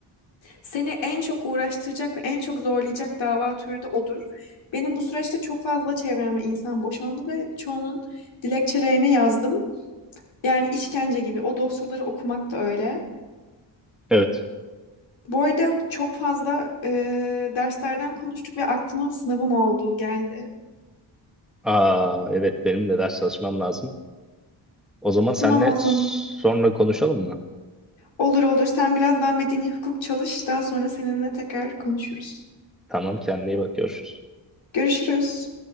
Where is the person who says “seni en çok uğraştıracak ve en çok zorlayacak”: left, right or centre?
Left